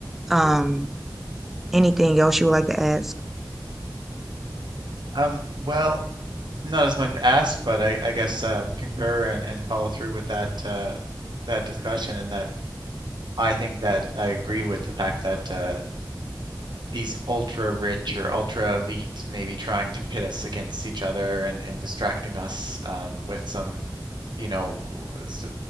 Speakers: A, in the centre; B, on the right.
A: Um, anything else you would like to add?
B: Um, well, not as much ask, but I, I guess um, concur and, and follow through with that uh, that discussion and that I think that I agree with the fact that uh, these ultra rich or ultra elite may be trying to pit us against each other and, and distracting us um, with some, you know, s-